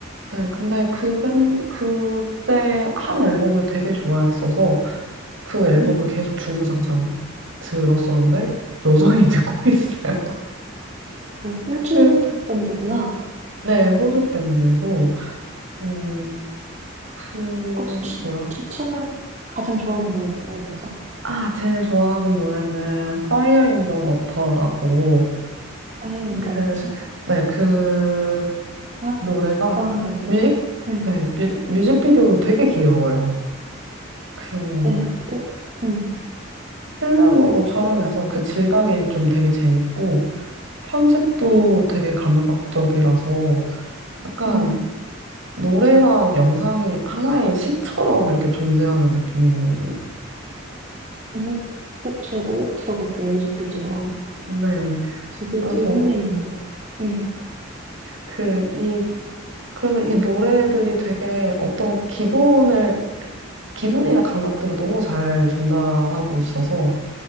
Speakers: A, on the right; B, on the right.
A: 네, 근데 그 밴, 그때 한 앨범을 되게 좋아했어서 그 앨범을
B: 응.
A: 계속 주구장창 들었었는데, 여전히 <laughs> 듣고 있어요.
B: 야, 호주
A: 그-
B: 밴드구나.
A: 네, 호주 밴드고, 음, 그,
B: 혹시 추,
A: 뭐야.
B: 추천할 가장 좋아하는 노래 있어요, 그래서?
A: 아, 제일 좋아하는 노래는 Fire in the Water라고,
B: 파이어 인더
A: 그,
B: 워터?
A: 네, 그
B: 아,
A: 노래가
B: 다운버기.
A: 뮤직,
B: 응
A: 네, 뮤, 뮤직비디오도 되게 귀여워요. 그
B: 네, 어, 응.
A: 필름으로 촬영해서
B: 네,
A: 그 질감이 좀 되게 재밌고 편집도
B: 응,
A: 되게 감각적이라서 약간
B: 네.
A: 노래랑 영상이 하나의 시처럼 이렇게 존재하는 느낌이.
B: 어, 어, 제가 꼭 들어볼게요, 뮤직비디오랑.
A: 음, 네.
B: 되게
A: 그래서
B: 들형내 있는데. 응
A: 그 이 그래서 이 노래들이 되게 어떤 기본을 기본이나 감각들을 너무 잘 전달하고 있어서